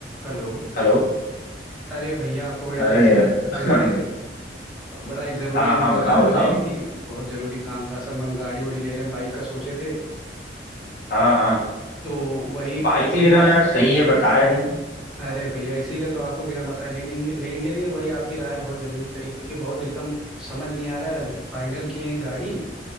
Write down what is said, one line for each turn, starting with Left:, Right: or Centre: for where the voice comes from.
Centre: Hello
Left: Hello
Centre: अरे भैया आपको बड़े
Left: अरे
Centre: दिन से याद
Left: <laughs>
Centre: कर रहे थे बड़ा एक ज़रूरी
Left: हाँ
Centre: हमें
Left: हाँ बताओ
Centre: राय वाय
Left: बताओ
Centre: लेनी थी बहुत ज़रूरी काम था असल में हम गाड़ी उड़ी ले रहे हैं बाइक का सोचे थे
Left: हाँ हाँ
Centre: तो वही एक,
Left: बाइक
Centre: एक
Left: ले
Centre: बाइक
Left: रहे हो यार सही है बताया नहीं
Centre: अरे भैया इसीलिए तो आपको बिना बताए ले लेंगे लेंगे नहीं वही आपकी राय बहुत ज़रूरी चाहिए क्योंकि बहुत एकदम समझ नहीं आ रहा है फाइनल किए हैं एक गाड़ी